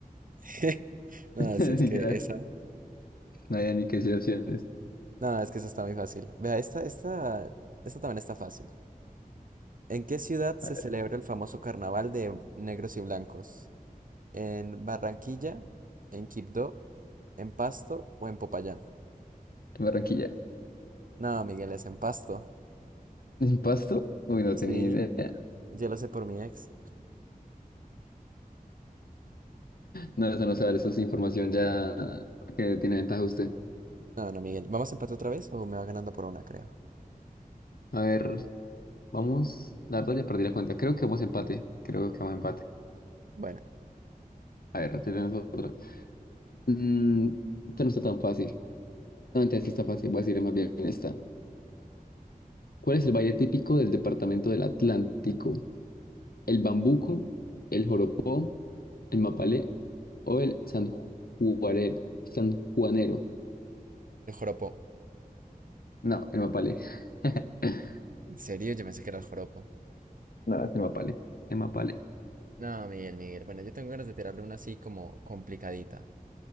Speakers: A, on the right (about 65°); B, on the left (about 75°).
A: <laughs> No,
B: <laughs>
A: sí, es que
B: ya.
A: esa.
B: No hay ni que decir opciones.
A: No, es que esa está muy fácil. Vea, esta, esta, esta también está fácil. ¿En qué ciudad se
B: A ver,
A: celebra el famoso carnaval de negros y blancos? ¿En Barranquilla, en Quibdó, en Pasto o en Popayán?
B: Barranquilla.
A: No, Miguel, es en Pasto.
B: ¿Pasto? Uy, no
A: Sí,
B: tenía idea.
A: yo lo sé por mi ex.
B: No, eso no sabe, eso es información ya que tiene ventaja usted.
A: No, no, Miguel. ¿Vamos a empate otra vez o me va ganando por una, creo?
B: A ver, vamos. La verdad ya perdí la cuenta. Creo que vamos a empate. Creo que vamos a empate.
A: Bueno,
B: A ver, tenemos otra. Mm, esta no está tan fácil. No, mentira, sí está fácil. Voy a decir más bien esta. ¿Cuál es el baile típico del departamento del Atlántico? ¿El bambuco, el joropó, el mapalé o el sanjuarero? Sanjuanero.
A: el joropo.
B: No, el mapalé. <laughs>
A: ¿En serio? Yo pensé que era el joropo.
B: No, es el mapalé. El mapalé.
A: No, Miguel, Miguel. Bueno, yo tengo ganas de tirarle una así como complicadita.